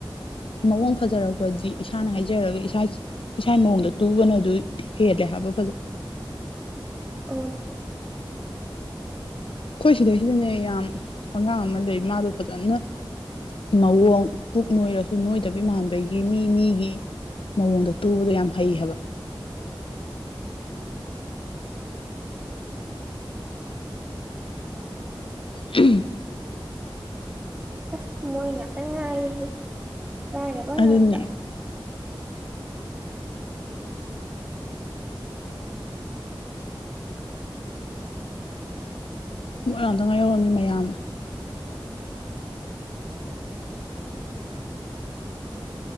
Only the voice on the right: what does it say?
ꯑꯣ
ꯑꯁ ꯃꯣꯏ ꯉꯥꯛꯇ ꯉꯥꯏꯔꯤꯍꯦ ꯉꯥꯏꯔꯕ
ꯉꯥꯛꯇ